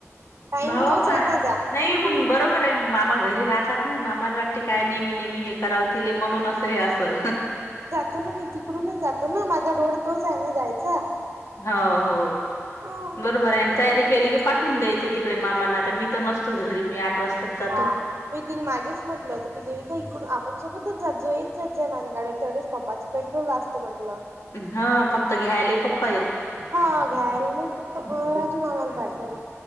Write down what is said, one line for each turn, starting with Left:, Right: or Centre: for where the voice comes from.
Right: टाईम
Left: हो
Right: तोच
Left: का
Right: आहे माझा.
Left: नाही
Right: हम्म!
Left: मग बरोबर मामा घरी राहतात ना. मामाला वाटते काय नेहमी नेहमी हे कराव तिले म्हणून अस हे असल.
Right: ले ना मी तिकडूनच जातो ना. माझा रोड तोच आहे ना जायचा.
Left: हा हो हो
Right: हा म्हणून
Left: बरोबर आहे. आण तयारी केली की पाठवून द्यायच. तिकडे मामाांना आता मी तर नसतोच घरी. मी तर आठ वाजताच जातो.
Right: हा मी तर मागेच म्हटलं होतं की. देविका इकडून आपण सोबतच जात जाऊ. येत जा माझ्या गाडीवर तेवढच पप्पाचे पेट्रोल वाचते म्हटलं,
Left: हा फक्त घ्यायला पप
Right: हा घ्याल मग राजू मामाला पाठवले.